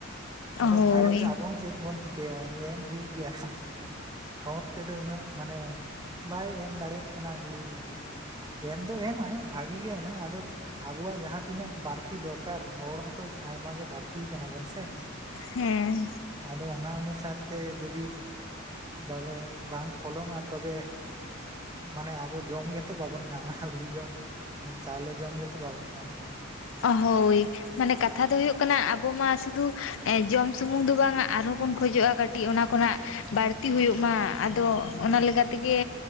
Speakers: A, on the right; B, on the left.
A: ᱟᱫᱚ
B: ᱦᱳᱭ
A: ᱚᱱᱟ ᱠᱷᱟᱹᱛᱤᱨ ᱟᱵᱚ ᱦᱚᱸ ᱪᱮᱫ ᱵᱚᱱ ᱪᱤᱠᱟᱹᱭᱟ, ᱮᱢ ᱦᱩᱭᱩᱜ ᱜᱮᱭᱟ ᱠᱷᱚᱫᱽ ᱾ ᱛᱮᱫᱚ ᱩᱱᱟᱹᱜ ᱢᱟᱱᱮ ᱵᱟᱭ ᱮᱢ ᱫᱟᱲᱮᱭᱟᱜ ᱠᱟᱱᱟ ᱦᱩᱲᱩ, ᱟᱨ ᱪᱮᱫ ᱮᱢ ᱫᱚ ᱮᱢᱟᱭ ᱾ ᱵᱷᱟᱜᱤ ᱜᱮ ᱮᱢᱟᱭ, ᱟᱫᱚ ᱟᱵᱚᱣᱟᱜ ᱡᱟᱦᱟᱸ ᱛᱤᱱᱟᱹᱜ ᱵᱟᱹᱲᱛᱤ ᱫᱚᱨᱠᱟᱨ ᱦᱚᱲ ᱦᱚᱸ ᱛᱚᱼᱼ ᱟᱭᱢᱟ ᱜᱮ ᱵᱟᱹᱲᱛᱤ ᱠᱟᱱᱟ ᱵᱚᱱ ᱥᱮ ᱾
B: ᱦᱮᱸ ᱾
A: ᱟᱫᱚ ᱚᱱᱟ ᱚᱱᱩᱥᱟᱨ ᱛᱮ ᱡᱚᱫᱤ ᱵᱟᱵᱟ ᱵᱟᱝᱼᱼ ᱯᱷᱚᱞᱚᱱᱚᱜᱼᱟ ᱛᱚᱵᱮ, ᱢᱟᱱᱮ ᱟᱵᱚ ᱡᱚᱢ ᱜᱮᱛᱚ ᱵᱟᱵᱚᱱ ᱧᱟᱢᱟ ᱦᱩᱲᱩ ᱡᱚᱢ ᱾ ᱢᱟᱱᱮ ᱪᱟᱣᱞᱮ ᱡᱚᱢ ᱜᱮᱛᱚ ᱵᱟᱵᱚᱱ ᱧᱟᱢᱟ ᱾
B: ᱚᱸ ᱦᱳᱭ ᱢᱟᱱᱮ ᱠᱟᱛᱷᱟ ᱫᱚ ᱦᱩᱭᱩᱜ ᱠᱟᱱᱟ ᱟᱵᱚ ᱢᱟ ᱥᱩᱫᱷᱩ ᱡᱚᱢ ᱥᱩᱢᱩᱝ ᱫᱚ ᱵᱟᱝᱟ ᱼᱼ ᱟᱨᱦᱚᱸ ᱵᱚᱱ ᱠᱷᱚᱡᱚᱜᱼᱟ ᱠᱟᱹᱴᱤᱡ ᱚᱱᱟ ᱠᱷᱚᱱᱟᱜ ᱵᱟᱹᱲᱛᱤ ᱦᱳᱭᱳᱜ ᱢᱟ ᱟᱫᱚ ᱚᱱᱟ ᱞᱮᱠᱟ ᱛᱮᱜᱮᱼᱼ